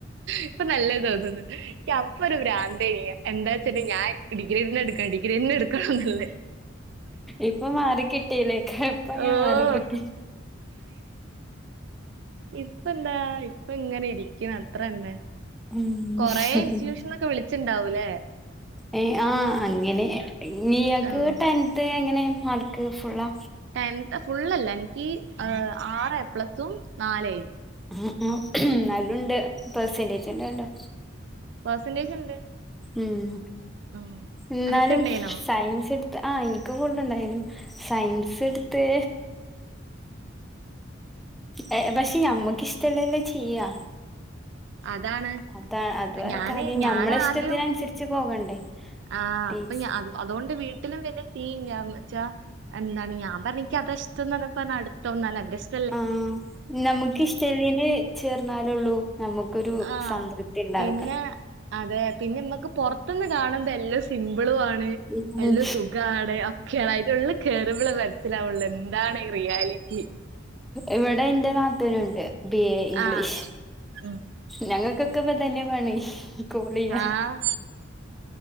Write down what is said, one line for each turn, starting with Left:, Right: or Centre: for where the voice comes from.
Right: ഇപ്പൊ നല്ലഹ് തോന്നുന്നു ക്ക്യ അപ്പൊ ഒരു ഭ്രാന്തേയ്നി എന്താച്ച്ട്ടാ ഞാൻ ഡിഗ്രിഎന്നെ ഇട്ക്കണം ഡിഗ്രിയെന്നെ ഇട്ക്കണം ന്ന്ള്ളെ
Centre: ഇപ്പൊ മാറിക്കിട്ടീല്ലേ കയപ്പങ്ങ്
Right: ഓഹ്
Centre: മാറിക്കിട്ടി
Right: ഇപ്പന്താ ഇപ്പം ഇങ്ങനെ ഇരിക്കുന്നു അത്രന്നെ
Centre: ഉം
Right: കൊറേ ഇൻസ്റ്റിറ്റ്യൂഷനൊക്കെ വിളിച്ചിണ്ടാവൂല്ലേ
Centre: ഏ ആഹ് അങ്ങനെ ഇഞ്ഞ് ഇയാക്ക്
Right: ആഹ്
Centre: ട്ടെൻ ത്തെ എങ്ങനെ മാർക്ക് ഫുള്ള
Right: ടെൻത് ഫുള്ളല്ല എനിക്ക് ആറ് എപ്ലസും നാല് എ യും
Centre: ഉം ഉം നല്ല ഉണ്ട് പെർസെന്റേജ് ഉണ്ടല്ലേ
Right: പെർസന്റേജ് ഇണ്ട്
Centre: ഉം
Right: ഉം
Centre: എന്നാലും
Right: അനക്ക്ണ്ടേനോ
Centre: സയൻസ് എടു ആഹ് ഇൻക്കും ഫുള്ള് ഉണ്ടായിനു സയൻസ് എട്ത്ത് അയ് പക്ഷെ ഞമ്മക്ക് ഇഷ്ട്ടള്ളല്ലേ ചെയ്യാ
Right: അതാണ്
Centre: അതാ അത് വേറെ
Right: ഞാന്
Centre: കാര്യം ഞമ്മളെ
Right: ഞാനാദ്യം
Centre: ഇഷ്ടത്തിന് അനുസരിച്ച് പോകണ്ടേ
Right: ആഹ്
Centre: ടീച്ച്
Right: അപ്പൊ ഞ അതുകൊണ്ട് വീട്ടിലും വല്യ സീൻ ഇല്ല എന്ന് വെച്ചാ എന്താണ് ഞാൻ പറഞ്ഞ് ഇൻക്യ അതാ ഇഷ്ടംന്ന് പറഞ്ഞപ്പം എന്നാ അത് എടുത്തോ എന്നാല് എന്റെ ഇ
Centre: ആഹ നമുക്ക് ഇഷ്ടലീന് ചേർന്നാലൊള്ളൂ നമുക്കൊരു
Right: ആഹ്
Centre: സംതൃപ് ത്തി ഉണ്ടാക
Right: പിന്നെ അതെ പിന്നെ നമ്മക്ക് പുറത്തുന്ന് കാണുബ എല്ലാം സിമ്പിളും ആണ്
Centre: ഉം
Right: എല്ല സുഖാണ് ഒക്കയാണ് അയ്ന്റെ ഉള്ള് കേറുമ്പളെ മനസ്സിലാവുള്ളൂ എന്താണ് റിയാലിറ്റി
Centre: ഇവിടെ ഇന്റെ നാത്തൂനുണ്ട് ബി എ ഇംഗ്ലീഷ്
Right: ആഹ് ഉം
Centre: ഞങ്ങക്കൊക്കെ ഇപ്പ തന്നെ പണി കോള് ചെയ്യാ
Right: ആഹ്